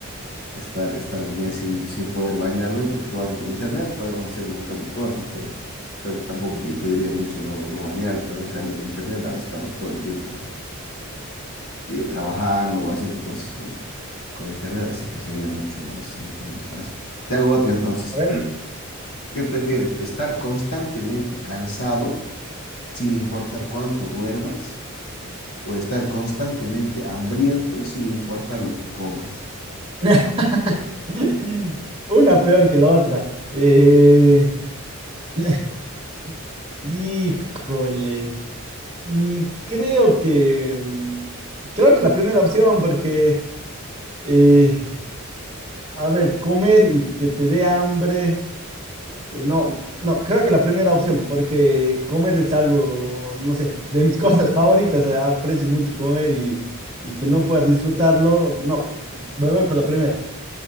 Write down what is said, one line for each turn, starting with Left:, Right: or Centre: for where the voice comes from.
Left: estar, estar un mes sin, sin poder bañarme, porque bueno, con internet podemos hacer un montón de cosas, pero creo que tampoco te impediría mucho no, no bañarte, ¿no? En cambio, el internet, ahora estamos todo el tiempo con, eh, trabajando o haciendo cosas con, con internet, así que sería mucho más, mucho más fácil. Te hago otra entonces.
Right: A ver.
Left: ¿Qué prefieres? ¿Estar constantemente cansado sin importar cuánto duermas? ¿O estar constantemente hambriento sin importar lo que comas?
Right: <laughs> Una peor que la otra. Eh, <laughs> híjole. Y creo que mm, creo que la primera opción, porque eh, a ver, comer y que te dé hambre. eh, no, no, creo que la primera opción, porque comer es algo, no sé, de mis <laughs> cosas favoritas. eh, Aprecio mucho comer y, y que no puedas disfrutarlo. No, me voy por la primera.